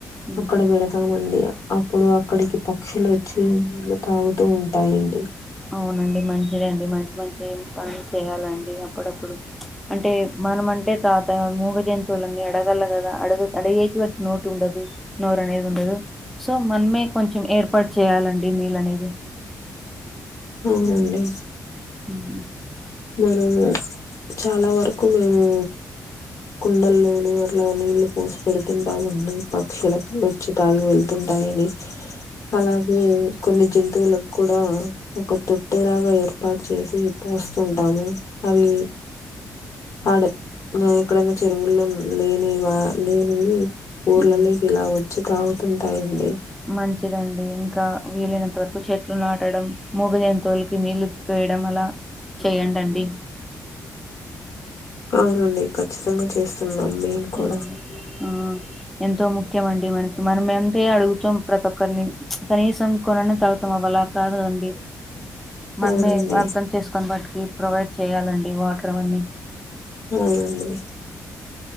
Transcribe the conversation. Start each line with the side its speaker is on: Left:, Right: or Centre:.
Centre: ఉమ్.
Left: అక్కడ పెడతా ఆ మండి అప్పుడు అక్కడికి పక్షులు వచ్చి నీళ్లు తాగుతూ ఉంటాయండి
Centre: అవునండి మంచిదే అండి మంచి మంచి పనులు చేయాలండి అప్పుడప్పుడు చ్ అంటే మనం అంటే తాగ్త మూగ జంతువులన్నీ అడగల గదా అడుగు అడిగేకి వాటికి నోట్ ఉండదు నోరు అనేది ఉండదు సో మనమే కొంచెం ఏర్పాటు చేయ్యాలండి నీళ్ళు అనేది
Left: అవునండి
Centre: ఉ
Left: మనము చాలా వరకు మేము కుండల్లోను అట్లా నీళ్ళు పోసి పెడుతుంటాం అండి పక్షులకు వచ్చి తాగి వెళ్తుంటాయని అలాగే కొన్ని జంతువులు కూడా ఇంకొద్దు ఎలాగో ఏర్పాటు చేసి పోస్తుంటాము అవి ఆడ ఎక్కడైనా చెరువుల్లో లేని వా లేనివి ఊర్లలోకి
Centre: హ్మ్.
Left: ఇలా వచ్చి తాగుతుంటాయండి
Centre: మంచిదండి ఇంకా వీలైనంత వరకు చెట్లు నాటడం మూగ జంతువులకి నీళ్ళు పోయడం అలా చెయ్యండి అండి
Left: అవునండి ఖచ్చితంగా చేస్తున్నాం మేము
Centre: హ్మ్.
Left: కూడా
Centre: ఆ ఎంతో ముఖ్యం అండి మనకి మనం ఎంత అడుగుతాం ప్రతి ఒక్కరిని చ్ కనీసం కొనను తాగుతమ్ అవి అలా కాదు కదండీ మనమే
Left: అవునండి
Centre: అర్థం చేసుకొని వాటికి ప్రొవైడ్ చేయాలండి వాటర్ అవన్నీ
Left: అవునండి